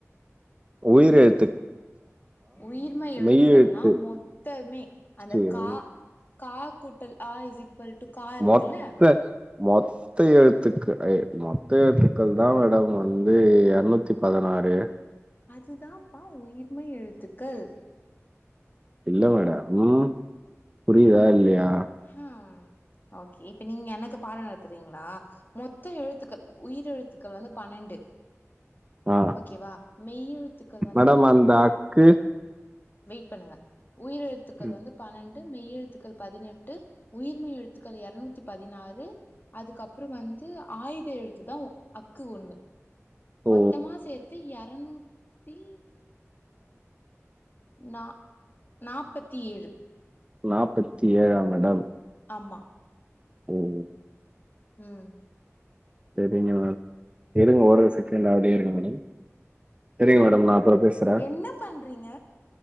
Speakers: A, on the right; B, on the left.
A: உயிர் எ
B: உயிர்மெய் எழுத்துக்கள்னா
A: மெய் எழுத்து
B: மொத்தமே அந்த
A: ஐயோ
B: கா கா கு கூட்டல் அ ஸ்சி சீக்கல்டு க இருக்குல்ல
A: மொத்த மொத்த எழுத்துக்கள் ஏ மொத்த எழுத்துக்கள் தான் மேடம் வந்து இரநூத்தி பதினாறு
B: அதுதான்ப்பா உயிர்மெய் எழுத்துக்கள்
A: இல்ல மேடம் புரிதா இல்லயா
B: ஹம் ஓ கே இப்ப நீங்க எனக்கு பாடம் நடத் தறீங்ளா மொத்தம் எழுத்துக்கள் உயிர் எ த்துக்கள் வந்து பன்னண்டு
A: ஆ
B: ஓகேவா மெய்யெழுத்துக்கள் வந்து
A: மேடம் அந்த அக்கு
B: வெயிட் பண்ணுங்க உயிரெழுத்துக்கள்
A: ம்
B: வந்து பன்னண் டு மெய் எழுத்துக்கள் பதினெட்டு உயிர்மெய் எழுத்துக்கள் இரநூத்தி பதினாறு அதுக்கப்புறம் வந்து ஆயுத எழுத்துதான் அக்கு ஒண்ணு
A: ஓ
B: மொத்தமா சேத்து இர ரநூத்தி நா நாப்பத்தி ஏழு
A: நாப்பத்தி ஏழா மேடம்
B: ஆமா
A: உம்
B: உம்
A: சரிங்க இருங்க ஒரே ஒரு செகண்ட் அப்டியே இருங்க மேடம் சரிங்க மேடம் நா ப்ரொபசரா
B: என்ன பண்றீங்க